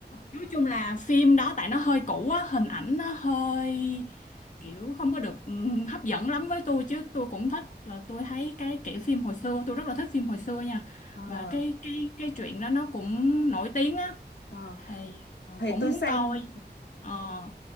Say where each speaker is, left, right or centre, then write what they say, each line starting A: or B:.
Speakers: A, on the left; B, on the left.
A: nói chung là phim đó tại nó hơi cũ á hình ảnh nó hơi kiểu không có được ừm, hấp dẫn lắm với tôi chứ tôi cũng thích và tôi thấy cái kiểu phim hồi xưa tôi rất là thích phim hồi xưa nha
B: ờ,
A: và
B: ờ,
A: cái cái cái chuyện đó nó cũng nổi tiếng á
B: ờ.
A: thì ờ,
B: thì
A: cũng
B: tôi
A: muốn
B: xem
A: coi Ờ,